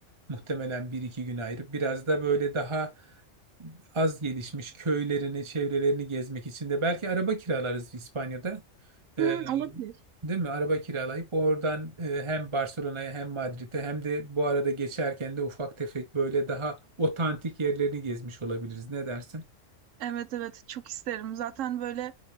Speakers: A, on the right; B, on the right.
A: muhtemelen bir iki gün ayırıp biraz da böyle daha az gelişmiş köylerini, çevrelerini gezmek için de belki araba kiralarız İspanya'da. Ee,
B: Hı, olabilir.
A: değil mi? Araba kiralayıp oradan e, hem Barcelona'ya hem Madrid'e hem de bu arada geçerken de ufak tefek böyle daha otantik yerlerini gezmiş olabiliriz. Ne dersin?
B: Evet evet çok isterim. Zaten böyle